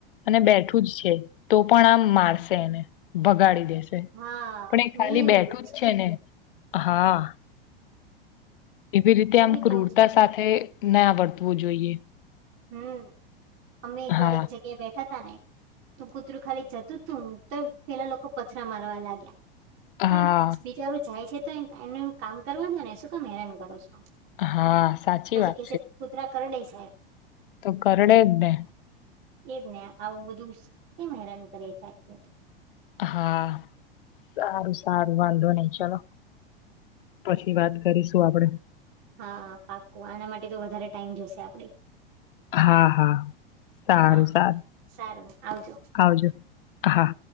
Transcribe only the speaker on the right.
હા
મેં એવું
જોયું
મેં
બી
જોયું છે
હમ્મ અમે એક
વાર એક જગ્યાએ બેઠા તા ને તું કૂતરું ખાલી જતું તું તો પેલા લોકો પથરા મારવા લાગ્યા પણ
બિચારું જાય છે તો એ એનું કામ કરવા દો ને શું કે હેરાન કરો છો
પછી કે છે કૂતરા કરડે છે
એજ ને આવું બધું કેમ હેરાન કરે છે આટલું.
હા પાકુ આના માટે તો વધારે ટાઇમ જશે આપડે
હા
સારું આવજો